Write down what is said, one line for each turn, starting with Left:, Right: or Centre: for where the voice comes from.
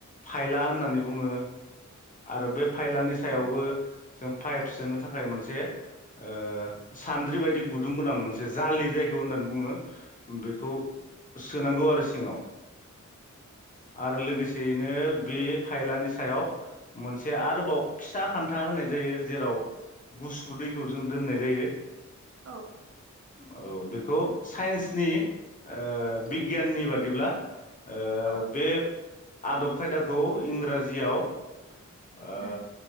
Left: फायला होननानै बुङो। आरो बे फाइलानि सायावबो
Right: ओ
Left: जों फाइभसोनो थाखाय मोनसे ओ सान्द्रि बायदि गुदुं गोनां मोनसे जालि जायखौ होननानै बुङो बेखौ सोनांगौ आरो सिङाव। आरो लोगोसेयैनो बे फाइलानि सायाव मोनसे आरोबाव फिसा खान्था होनाय जायो जेराव गुसु दैखौ जों दोननाय जायो।
Right: औ
Left: औ बेखौ साइन्सनि ओ बिगियाननि बादिब्ला ओ
Right: औ
Left: बे आदब खायदाखौ इंराजियाव ओ
Right: उम